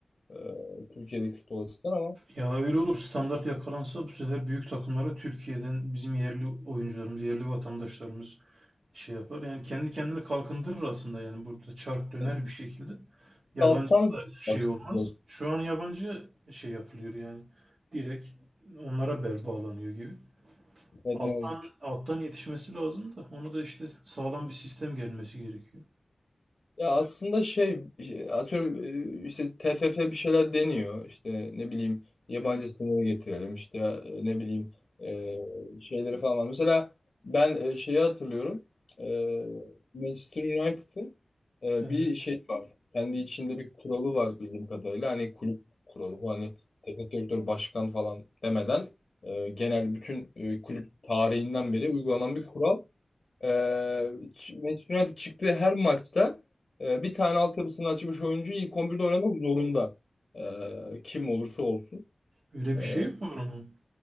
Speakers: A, on the left (about 65°); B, on the right (about 70°).
A: e, Türkiye'deki futbol açısından ama
B: Ya öyle olur standart yakalansa bu sefer büyük takımlara Türkiye'den bizim yerli oyuncularımız, yerli vatandaşlarımız şey yapar. Yani kendi kendine kalkındırır aslında yani burada çark döner
A: e,
B: bir şekilde. Yabancı
A: alttan
B: da şey
A: başlamak
B: olmaz.
A: gerekiyor.
B: Şu an yabancı şey yapılıyor yani. Direkt onlara bel bağlanıyor gibi.
A: Evet,
B: Alttan
A: ne yazık ki.
B: alttan yetişmesi lazım da onu da işte sağlam bir sistem gelmesi gerekiyor.
A: Ya aslında şey şey, atıyorum e, işte TFF bir şeyler deniyor işte ne bileyim yabancı sınırı getirelim işte e, ne bileyim e, şeyleri falan var. Mesela ben e, şeyi hatırlıyorum E, Manchester United'ın e,
B: Evet.
A: bir şey var kendi içinde bir kuralı var bildiğim kadarıyla hani kulüp kuralı bu hani teknik direktör başkan falan demeden e, genel bütün e, kulüp tarihinden beri uygulanan bir kural. Ee, Ç- Manchester United çıktığı her maçta e, bir tane altyapısını açmış oyuncu ilk 11'de oynamak zorunda. Ee, kim olursa olsun.
B: Öyle
A: Ee,
B: bir şey mi var onun?